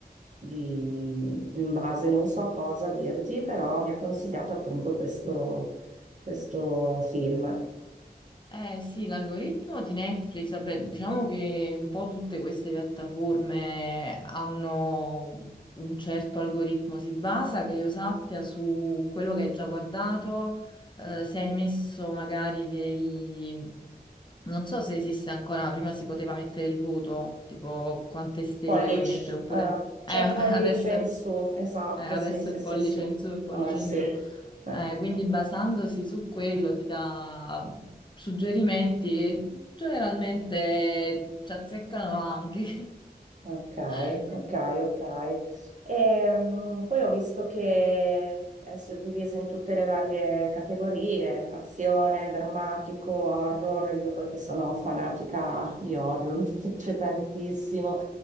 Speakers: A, on the right; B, on the left.
A: di, in base non so cosa dirti, però mi ha consigliato appunto questo questo film.
B: Eh sì, l'algoritmo di Netflix, vabbè, diciamo che un po' tutte queste piattaforme hanno un certo algoritmo, si basa, che io sappia, su quello che hai già guardato, eh, se hai messo magari dei... Non so se esiste ancora, prima si poteva mettere il voto, tipo quante stelle
A: Pollice,
B: vuoi mettere, oppure...
A: eh,
B: Eh,
A: c'è
B: <laughs>
A: il pollice
B: adesso
A: in
B: è
A: su, esatto,
B: eh, adesso
A: sì, sì,
B: è
A: sì,
B: pollice
A: sì,
B: in su e pollice
A: ora sì.
B: in giù.
A: Eh.
B: Eh, quindi basandosi su quello ti dà suggerimenti e generalmente ci azzeccano anche.
A: Ok,
B: <laughs> Nel-
A: ok, ok. Ehm, poi ho visto che è suddiviso in tutte le varie categorie, azione, drammatico, horror, io poi che sono fanatica di horror, <laughs> mi piace tantissimo.